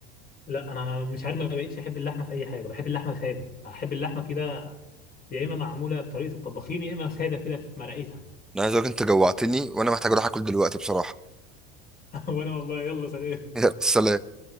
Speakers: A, on the left; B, in the centre.
A: لا انا مش عارف ما بقتش احب اللحمه في اي حاجه بحب اللحمه ساده احب اللحمه كده يا اما معموله بطريقه الطباخين يا اما ساده كده في مرقتها
B: انا عايز اقولك انت جوعتني وانا محتاج اروح اكل دلوقتي بصراحه
A: <laughs> وانا والله يلا سلام
B: <laughs> يلا، سلام